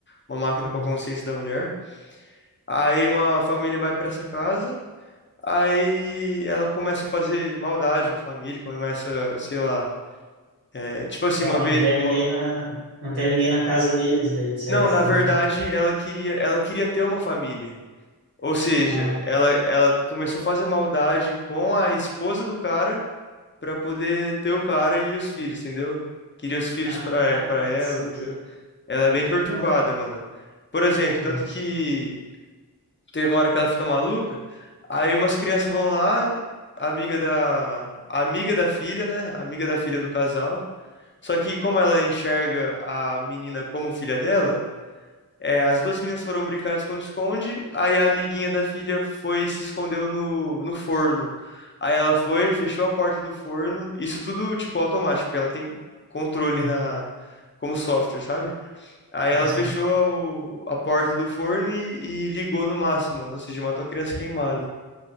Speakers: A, on the left; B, on the right.
A: uma máquina
B: uhum.
A: com a consciência da mulher. Aí uma família vai pra essa casa, aí ela começa a fazer maldade com a família, começa, sei lá É, tipo assim,
B: Então,
A: uma
B: ela
A: vez,
B: não quer
A: uma...
B: ninguém na, não quer ninguém na casa deles, daí, de certo,
A: Não, na
B: também,
A: verdade,
B: né?
A: ela queria, ela queria ter uma família. Ou seja,
B: Ah,
A: ela, ela começou a fazer maldade com a esposa do cara pra poder ter o cara e os filhos, entendeu? Queria os filhos
B: ah,
A: pra, é, pra ela,
B: isso
A: entendeu?
B: aqui.
A: Ela é bem perturbada,
B: Não,
A: mano. Por exemplo,
B: que viagem.
A: tanto que teve uma hora que ela fica maluca, aí umas crianças vão lá, a amiga da, a amiga da filha, né? A amiga da filha do casal. Só que como ela enxerga a menina como filha dela, É, as duas meninas foram brincar de esconde-esconde, aí a amiguinha da filha foi e se escondeu no, no forno. Aí ela foi, fechou a porta do forno, isso tudo, tipo, automático, porque ela tem controle
B: Uhum.
A: na, como software, sabe? Aí
B: Sim,
A: ela
B: sim.
A: fechou a, o- a porta do forno e, e ligou no máximo, mano, ou seja, matou a criança queimada.